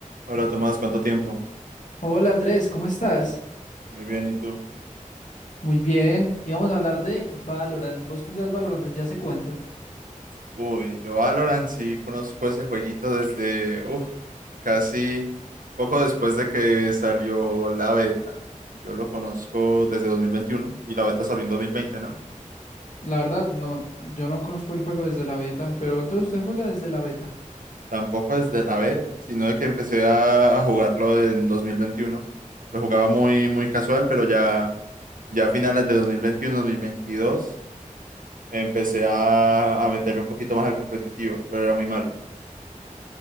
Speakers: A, on the right (about 85°); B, on the left (about 65°).
A: Hola Tomás, ¿cuánto tiempo?
B: Hola Andrés, ¿cómo estás?
A: Muy bien, ¿y tú?
B: Muy bien, íbamos a hablar de Valorant. ¿Vos jugás Valorant desde hace cuánto?
A: Uy, yo Valorant sí conozco ese jueguito desde, uff, casi poco después de que salió la beta. Yo lo conozco desde 2021 y la beta salió en 2020, ¿no?
B: La verdad, no, yo no conozco el juego desde la beta, pero entonces usted juega desde la beta.
A: Tampoco desde la beta, sino de que empecé a, a jugarlo en 2021. Lo jugaba muy, muy casual, pero ya, ya a finales de 2021, 2022, empecé a, a meterle un poquito más al competitivo, pero era muy malo.